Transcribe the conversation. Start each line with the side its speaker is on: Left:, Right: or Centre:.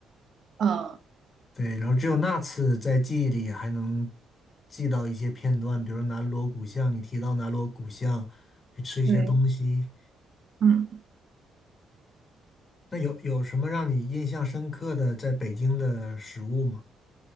Right: 呃
Left: 对，然后只有那次在记忆里还能记到一些片段，比如南锣鼓巷，你提到南锣鼓巷去吃一些东西，
Right: 对，嗯
Left: 那有有什么让你印象深刻的在北京的食物吗？